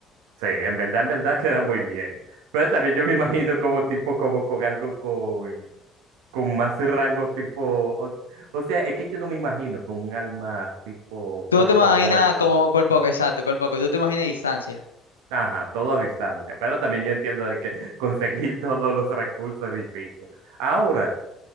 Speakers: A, on the right (about 70°); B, on the left (about 80°).
A: Sí, en verdad, en verdad queda muy bien. Pero también yo me imagino como tipo, como con algo con, con más rango tipo... O, o sea, es que yo no me imagino con un alma tipo
B: Tú
A: cuerpo
B: no te imaginas
A: a cuerpo.
B: como cuerpo, exacto, cuerpo, tú te imaginas distancia.
A: Ajá, todo a distancia. Pero también yo entiendo de que conseguir <laughs> todos los recursos es difícil. Ahora...